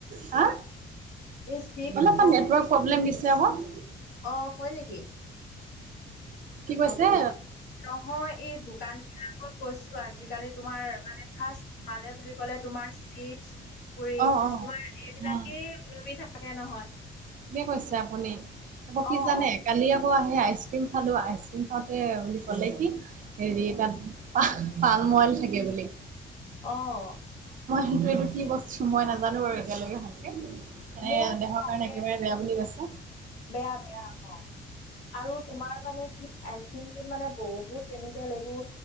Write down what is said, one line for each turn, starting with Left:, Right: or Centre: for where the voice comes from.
Right: হা?
Left: এই চিপছ,
Right: অলপ
Left: কুৰকুৰি
Right: নেটৱৰ্ক প্ৰব্লেম দিছে আকৌ।
Left: অ', হয় নেকি?
Right: কি কৈছে?
Left: অ', নহয় এই দোকান বিলাকত কৈছো আজিকালি তোমাৰ মানে ফাৰ্ষ্ট সোমালে বুলি কলে তোমাৰ চিপছ কুৰকুৰি
Right: অঁ অঁ
Left: তোমাৰ এইবিলাকেই
Right: অঁ
Left: ওলুমি থাকে নহয়।
Right: ঠিকে কৈছে আপুনি আকৌ কি
Left: অ',
Right: জানে কালি আকৌ আকৌ আহি আইচক্ৰীম খালোঁ, আইচক্ৰীম খাওঁতে বুলি ক'লে কি হেৰি
Left: অ',
Right: তাত পাম মইল থাকে বুলি।
Left: অ'।
Right: কিন্তু এইটো কি বস্তু মই নাজানো বাৰু এতিয়ালৈকে ভালকে মানে
Left: মোৰ সেই
Right: দেহৰ
Left: তাকে
Right: কাৰণে একেবাৰে বেয়া বুলি কৈছে
Left: বেয়া বেয়া অ'। আৰু তোমাৰ মানে কি আইচ ক্ৰিমটোত মানে বহুত কেমিকেল এইবোৰ